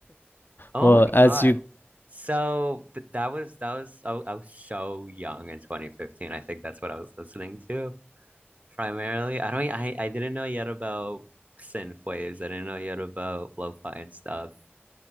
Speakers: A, on the right; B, on the left.
A: Oh
B: well,
A: my
B: as
A: God.
B: you
A: So th that was that was I, w- I was so young in 2015. I think that's what I was listening to primarily. I don't I I didn't know yet about synth waves. I didn't know yet about lo-fi and stuff.